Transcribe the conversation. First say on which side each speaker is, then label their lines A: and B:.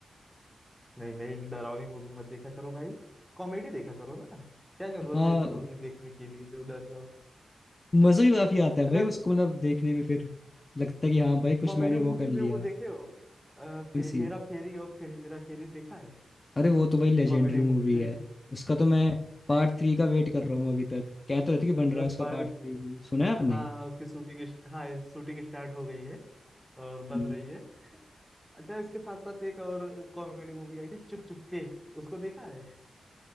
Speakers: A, in the centre; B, on the left.
A: नहीं नहीं डरावनी मूवी मत देखा करो भाई कॉमेडी देखा करो ना क्या जरूरत
B: हाँ
A: है ऐसी मूवी देखने के लिए जब डर जाओ
B: मजा भी काफी आता है
A: अच्छा
B: भाई उसको मतलब देखने में फिर लगता है कि हाँ भाई कुछ
A: कॉमेडी
B: मैंने वो
A: मूवी
B: कर लिया
A: में वो देखे हो अ,
B: कौन
A: फिर
B: सी
A: हेरा फेरी और फिर हेरा फेरी देखा है
B: अरे वो तो भाई लेजेंडरी
A: कॉमेडी मूवी
B: मूवी
A: में
B: है उसका तो मैं पार्ट थ्री का वेट कर रहा हूँ अभी तक कह तो
A: <laughs>
B: रहे थे कि बन रहा
A: बस
B: है उसका
A: पार्ट
B: पार्ट थ्री भी सुना है आपने
A: हाँ हाँ उसकी शूटिंग हाँ शूटिंग स्टार्ट हो गई है और बन
B: हम्म।
A: रही है अच्छा इसके साथ साथ एक और कॉमेडी मूवी आई थी चुप चुप के उसको देखा है